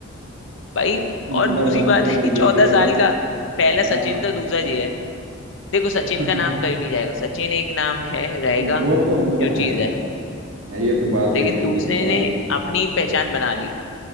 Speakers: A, on the left; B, on the right.
A: भाई
B: नंबर
A: और दूसरी
B: वन
A: बात
B: पे
A: है
B: वही
A: कि
B: है
A: चौदह
B: गेल
A: साल
B: अपना
A: का पहला
B: हाँ
A: सचिन था दूसरा ये है देखो सचिन
B: <laughs>
A: का नाम कहीं नहीं जाएगा सचिन एक नाम है रहेगा
B: वो तो वो तो
A: जो
B: है
A: चीज
B: भाई
A: है
B: हाँ, ये तो बात
A: लेकिन
B: सही है
A: दूसरे
B: बिल्कुल तुम्हारी
A: ने अपनी पहचान बना ली